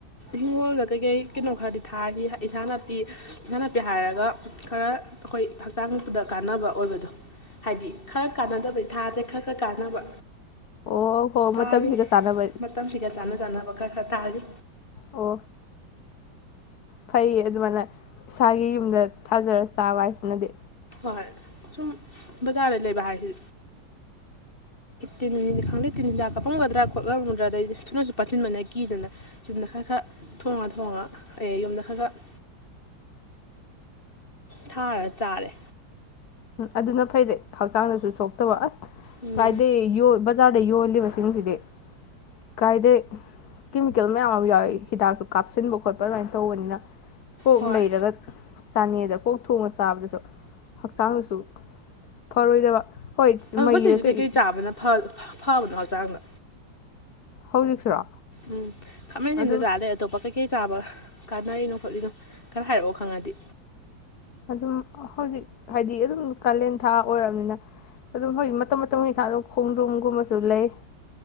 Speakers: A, on the left; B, on the left.
A: ꯏꯪꯒꯣꯜꯗ ꯀꯩꯀꯩ ꯀꯩꯅꯣ ꯈꯔꯗꯤ ꯊꯥꯔꯤ ꯏꯟꯁꯥꯡ ꯅꯥꯄꯤ ꯏꯟꯁꯥꯡ ꯅꯥꯄꯤ ꯍꯥꯏꯔꯒ ꯈꯔ ꯑꯩꯈꯣꯏ ꯍꯛꯆꯥꯡꯗ ꯀꯥꯟꯅꯕ ꯑꯣꯏꯕꯗꯣ ꯍꯥꯏꯗꯤ ꯈꯔ ꯀꯥꯟꯅꯗꯕꯗꯤ ꯊꯥꯁꯦ ꯈꯔ ꯈꯔ ꯀꯥꯟꯅꯕ
B: ꯑꯣ ꯍꯣ
A: ꯊꯥꯔꯤ
B: ꯃꯇꯝꯁꯤꯒ ꯆꯥꯟꯅꯕ
A: ꯃꯇꯝꯁꯤꯒ ꯆꯥꯅ ꯆꯥꯅꯕ ꯈ ꯇꯥꯔ
B: ꯑꯣ ꯐꯩꯌꯦ ꯑꯗꯨꯃꯥꯏꯅ ꯏꯁꯥꯒꯤ ꯌꯨꯝꯗ ꯊꯥꯖꯔ ꯆꯥꯕ ꯍꯥꯏꯁꯤꯅꯗꯤ
A: ꯍꯣꯏ ꯁꯨꯝ ꯕꯖꯥꯔꯗ ꯂꯩꯕ ꯍꯥꯏꯁꯤ ꯇꯤꯟꯅꯤꯅꯤ ꯈꯪꯗꯦ ꯇꯤꯟ ꯍꯤꯗꯥꯛ ꯀꯞꯄꯝꯒꯗ꯭ꯔꯥ ꯈꯣꯠꯂꯝꯒꯗ꯭ꯔꯥ ꯑꯗꯩꯗꯤ ꯊꯨꯅꯁꯨ ꯄꯥꯁꯤꯤꯟꯕꯅ ꯀꯤꯗꯅ ꯌꯨꯝꯗ ꯈꯔ ꯈꯔ ꯊꯣꯡꯉ ꯊꯣꯡꯉꯒ ꯑꯩ ꯌꯨꯝꯗ ꯈꯔ ꯈꯔ ꯊꯥꯔ ꯆꯥꯔꯦ
B: ꯑꯗꯨꯅ ꯐꯩꯗꯤꯩ ꯍꯛꯆꯥꯡꯗꯁꯨ ꯁꯣꯛꯇꯕ ꯑꯁ
A: ꯎꯝ
B: ꯀꯥꯏꯗꯦ ꯌꯣ ꯕꯖꯥꯔꯗ ꯌꯣꯜꯂꯤꯕꯁꯤꯡꯁꯤꯗꯤ ꯀꯥꯏꯗꯩ ꯀꯦꯃꯤꯀꯦꯜ ꯃꯌꯥꯝ ꯑꯃ ꯌꯥꯎꯤ ꯍꯤꯗꯥꯛꯁꯨ ꯀꯥꯞꯁꯤꯟꯕ ꯈꯣꯠꯄ ꯑꯗꯨꯃꯥꯏꯅ ꯇꯧꯕꯅꯤꯅ ꯍ
A: ꯍꯣꯏ
B: ꯂꯩꯔꯒ ꯆꯥꯅꯦꯗ ꯄꯣꯛ ꯊꯣꯡꯉ ꯆꯥꯕꯗꯁꯨ ꯍꯛꯆꯥꯡꯗꯁꯨ ꯐꯔꯣꯏꯗꯕ ꯍꯣꯏ
A: ꯑꯗ
B: ꯃꯩꯗ
A: ꯍꯧꯖꯤꯛꯁꯤ
B: ꯀꯩ
A: ꯀꯩꯀꯩ ꯆꯥꯕꯅ ꯐꯕꯗꯣ ꯍ ꯍꯛꯆꯥꯡꯅ
B: ꯍꯧꯖꯤꯛꯁꯨꯔꯣ
A: ꯎꯝ ꯈꯃꯦꯁꯤꯗ
B: ꯑꯗꯨꯝ
A: ꯆꯥꯗꯦ ꯑꯇꯣꯞꯄ ꯀꯩ ꯀꯩ ꯀꯩ ꯆꯥꯕ ꯀꯥꯟꯅꯔꯤꯅꯣ ꯈꯣꯠꯂꯤꯅꯣ ꯈꯔ ꯍꯥꯏꯔꯛꯑꯣ ꯈꯪꯉꯗꯤ
B: ꯑꯗꯨꯝ ꯍꯧꯖꯤꯛ ꯍꯥꯏꯗꯤ ꯑꯗꯨꯝ ꯀꯥꯂꯦꯟ ꯊꯥ ꯑꯣꯏꯔꯕꯔꯕꯅꯤꯅ ꯑꯗꯨꯝ ꯍꯧꯖꯤꯛ ꯃꯇꯝ ꯃꯇꯝꯒꯤ ꯊꯥ ꯑꯗꯨꯝ ꯈꯣꯡꯗ꯭ꯔꯨꯝꯒꯨꯝꯕꯁꯨ ꯂꯩ